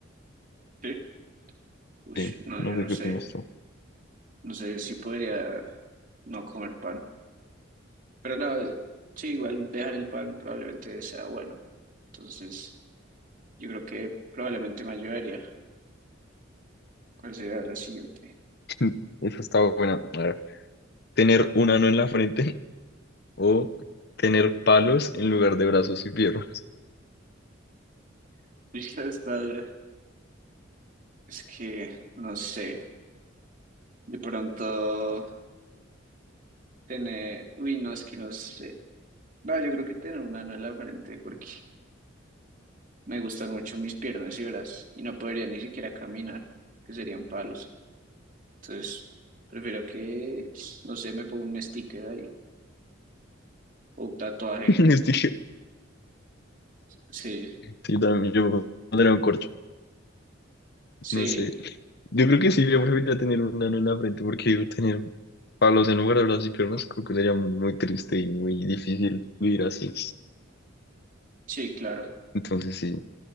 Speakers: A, on the right; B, on the left.
A: ¿Sí? Uy,
B: Sí,
A: no,
B: no
A: yo
B: sé
A: no
B: qué
A: sé.
B: opinas tú.
A: No sé si podría no comer pan. Pero no, sí, igual dejar el pan probablemente sea bueno. Entonces, yo creo que probablemente me ayudaría. ¿Cuál sería la siguiente?
B: <laughs> Eso está buena. A ver, tener un ano en la frente o tener palos en lugar de brazos y piernas.
A: <laughs> Uy, está dura. Es que, no sé, de pronto tener, uy, no, es que no sé. No, yo creo que tener un ano en la frente porque me gustan mucho mis piernas y brazos y no podría ni siquiera caminar, que serían palos. Entonces, prefiero que, no sé, me ponga un sticker ahí o un tatuaje.
B: <laughs> Este que-
A: Sí,
B: Sí, también yo pondría un corcho.
A: sí,
B: No sé. Yo creo que sí, yo preferiría tener un ano en la frente porque yo tener palos en lugar de brazos y piernas creo que sería muy triste y muy difícil vivir así.
A: sí, claro.
B: Entonces sí,